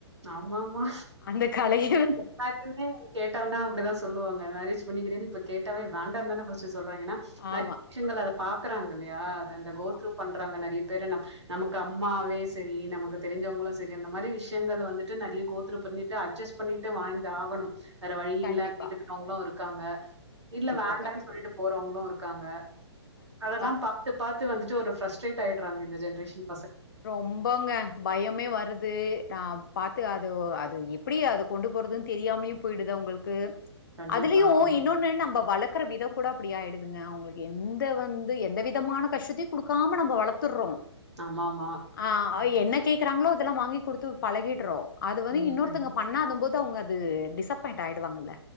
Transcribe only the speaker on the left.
அந்த கலைய
ஆமா,
ஆமா.
கண்டிப்பா,
கண்டிப்பா,
கண்டிப்பா.
கண்டிப்பா.
ரொம்பங்க பயமே வருது ந பாத்து அது அது எப்படி அது கொண்டு போறதுன்னு தெரியாமலயும் போயிடுது அவங்களுக்கு
அதுலயு
இன்னொன்னு நம்ம வழக் வாழ்கற விதம் கூட அப்படி ஆயிடுதுங்க அவங்களுக்கு எந்த வந்து எந்த விதமான கஷ்டத்தையு கொடுக்காம நம்ம வளர்த்துடுறோம்
ஆ என்ன கேட்கறாங்களோ அதெல்லா வாங்கி கொடுத்து பழகிடுறோம் அது வந்து
இன்னொருத்தங்க பண்ணாது போது அவங்க அது டிஸ்ப்பாயிண்ட் ஆயிடுவாங்கல்ல